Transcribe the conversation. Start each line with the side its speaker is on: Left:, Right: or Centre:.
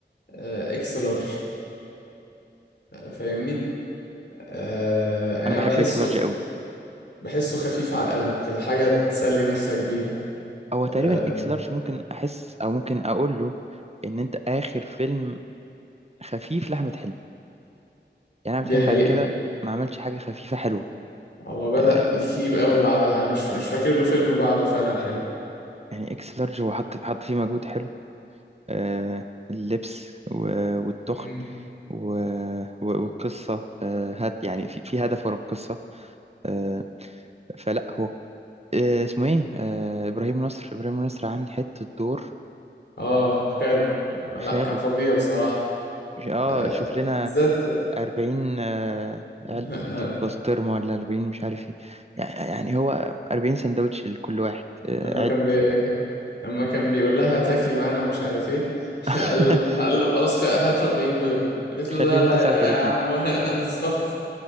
Left: آه، اكس لارج آه، فاهمني آه، يعني
Right: انا
Left: أنا
Right: بحب
Left: بحسه
Right: اكس لارج قوي
Left: بحسه خفيف على القلب كده حاجة تسلي نفسك بيها
Right: هو
Left: آه،
Right: تقريبا اكس لارج ممكن احس او ممكن اقول له ان انت اخر فيلم خفيف لاحمد حلمي يعني احمد
Left: دي
Right: حلمي
Left: حقيقة
Right: بعد كده ما عملش حاجه خفيفه حلوه
Left: هو بدأ
Right: آه
Left: يخيب قوي بعدها يعني مش مش فاكر له فيلم بعده فعلا حلو
Right: يعني اكس لارج هو حط حط فيه مجهود حلو آه، اللبس و- والتخن
Left: مم.
Right: و- و- والقصة آه، هات يعني في في هدف ورا القصة آه، فلا هو آه، اسمه ايه آه، إبراهيم نصر إبراهيم نصر عامل حتة دور
Left: اه خاله آه، لا
Right: خاله
Left: كان فظيع بصراحة
Right: ش- اه
Left: آه،
Right: شوف لنا
Left: بالذات
Right: 40 آه،
Left: <laughs>
Right: علبة بسطرمة ولا 40 مش عارف ايه يع- يعني هو 40 سندوتش لكل واحد
Left: لما
Right: آه،
Left: كان
Right: عد
Left: بي... لما كان بيقول لها تاكلي معانا ومش عارف ايه <laughs>
Right: <laughs>
Left: قال قال له خلاص خ- هات 40 بيضة قالت
Right: خليهم
Left: له لا لا
Right: 39
Left: يا يا عم وأنا <laughs> بالظبط